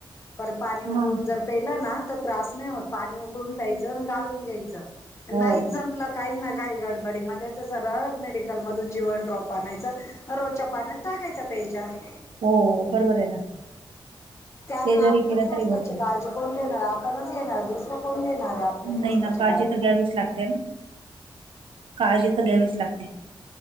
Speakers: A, on the left; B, on the right.
A: पर पाणी उकळून
B: हा
A: जर पेलना त्रास नाही होत. पाणी उकून प्यायच गाळून घेयचं
B: हो
A: नाही जमल काही ना घही गडबडीमध्ये तर सरळ मेडिकलमधून जीवन ड्रॉप आणायचं. रोजच्या पाण्यातत टाकायचा प्यायच्या. त्या
B: हो बरोबर आहे ना ते
A: म आपल्या
B: जरी केलं
A: स्वस्तचे
B: तरी भरपूर
A: काळजी कोण घेणार आपणच येणार दुसर कोण घेणार आहे? आपल्या स्वस्ताची
B: नाही ना काळजी तर घ्यावीच लागते ना? काळजी तर घ्यावीच लागते.